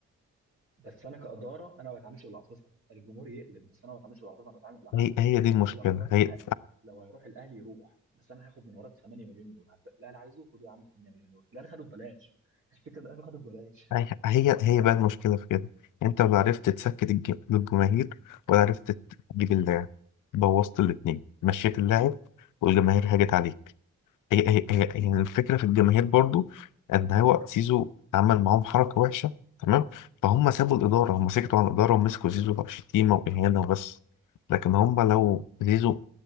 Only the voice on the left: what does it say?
هي هي دي المشكله
هي
هي هي
هي
بقى المشكلة في كده انت ولا عرفت تسكت الج- الجماهير ولا عرفت تجيب اللاعب بوظت الاتنين مشيت اللاعب والجماهير هاجت عليك هي هي هي هي الفكرة في الجماهير برضو ان هو زيزو عمل معاهم حركة وحشة تمام فهم سابوا الإدارة هم سكتوا عن الإدارة ومسكوا زيزو بقى شتيمة وإهانة وبس لكن هم لو زيزو